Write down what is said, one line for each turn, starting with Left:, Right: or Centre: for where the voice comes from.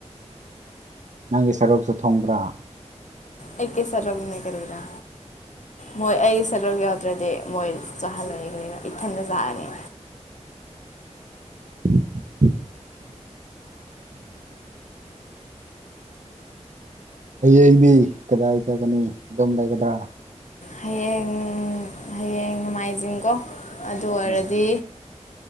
Right: ꯅꯪꯒꯤ ꯁꯔꯨꯛꯁꯨ ꯊꯨꯡꯕ꯭ꯔꯥ
Left: ꯑꯩ ꯀꯤ ꯁꯔꯨꯛꯅꯦ ꯀꯔꯤꯔ ꯃꯣꯏ ꯑꯩ ꯁꯔꯨꯛ ꯌꯥꯎꯗ꯭ꯔꯗꯤ ꯃꯣꯏ ꯆꯥꯍꯜꯂꯣꯏꯌꯦ ꯀꯔꯤꯔ ꯏꯊꯟꯗ ꯆꯥꯔꯅꯤ
Right: <inaudible> ꯍꯌꯦꯡꯗꯤ ꯀꯗꯥꯏ ꯆꯠꯒꯅꯤ ꯑꯗꯨꯝ ꯂꯩꯒꯗ꯭ꯔꯥ
Left: ꯍꯌꯦꯡ ꯍꯌꯦꯡ ꯅꯣꯡꯃꯥꯏꯖꯤꯡꯀꯣ ꯑꯗꯨ ꯑꯣꯏꯔꯗꯤ
Right: ꯎꯝ